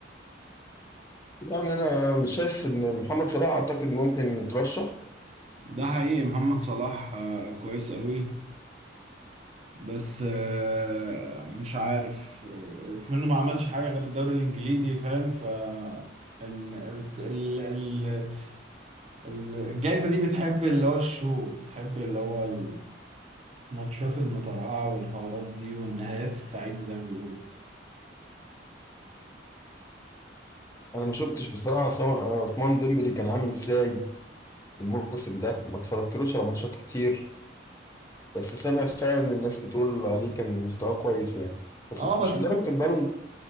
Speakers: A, on the left; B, on the right.
A: يعني أنا مش شايف إن محمد صلاح أعتقد ممكن يترشح
B: ده حقيقي محمد صلاح آه، كويس قوي بس آه، مش عارف آه، منه ما عملش حاجة غير الدوري الإنجليزي فاهم ف إن ال- ال- ال- الجايزة دي بتحب اللي هو الشو بتحب اللي هو الماتشات المترقعة والحوارات دي والنهايات السعيدة زي ما بيقولوا
A: أنا ما شفتش بصراحة عصام- آه، عثمان ديمبلي كان عامل إزاي الموسم ده ما اتفرجتلوش على ماتشات كتير بس سامع فعلا إن الناس بتقول عليه كان مستواه كويس يعني بس
B: اه بس
A: مش لدرجة البالون